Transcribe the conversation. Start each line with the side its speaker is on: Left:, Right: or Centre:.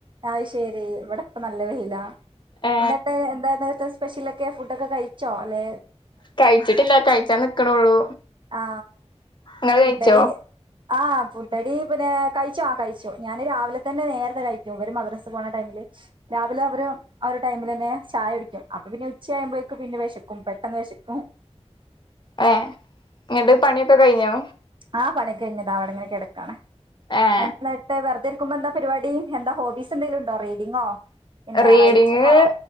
Right: അത് ശരി ഇവിടെ പം നല നല്ല വെയിലാ
Left: ഏ
Right: എന്നിട്ട് എന്താണ് തസ് സ്പെഷലാെക്കെ ഫുഡൊക്കെ കയ് തോനെ
Left: കയ്ച്ചിട്ടില്ല കയ്ച്ചാൻ നിക്ക്ണൊള്ളൂ
Right: ആ
Left: ഇങ്ങള്
Right: ഫുഡടി
Left: കയ്ച്ചോ
Right: ആ ഫുഡഡി പിന്നെ കഴിച്ചു ആ കഴിച്ചു ഞാന് രാവിൽതന്നെ നേരത്തെ കഴിക്കും വര് മദ്റസ് പോണ ടൈമ് ല് രാവിലെ അവര് ആ ഒരു ടൈമിലെന്നെ ചായടിക്കും അപ്പൊ പിന്നെ ഉച്ചായുമ്പഴേക്കും പിന്നെ വെശ് ക്കും പെട്ടെന്ന് വെശക്കും
Left: ഏ ങ്ങട്ട് പണിയൊക്കെ കയ്ഞ്ഞോ
Right: ആ പണിയൊക്കെ കയ്ഞ്ഞ് ദാ ഇവടെങ്ങനെ കെടക്കാണ്
Left: ഏ
Right: <unintelligible> ഏവര്ക്കും ന്താ പരുപാടി എന്താ ഹോബീസ് എന്തേലുണ്ടോ റീഡിങ്ങോ പിന്നെ
Left: റീഡിങ്ങ്
Right: റൈറ്റിങ്ങോ